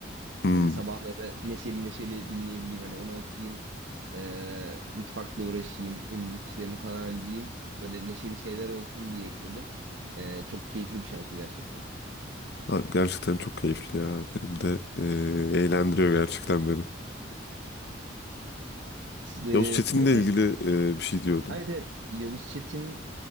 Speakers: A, on the left; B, on the right.
A: Hmm.
B: Böyle sabahları neşeli neşeli dinleyebileyim. Hani onu açayım. ee, mutfakla uğraşayım. Temizlik işlerini falan halledeyim. Böyle neşeli şeyler olsun diye ekledim. Ee, çok keyifli bir şarkı gerçekten.
A: Ha, Gerçekten çok keyifli ya. Benim de e, eğlendiriyor gerçekten beni.
B: Ee,
A: Yavuz Çetin'le
B: böyle,
A: ilgili e, bir şey diyordun.
B: evet evet. Yavuz Çetin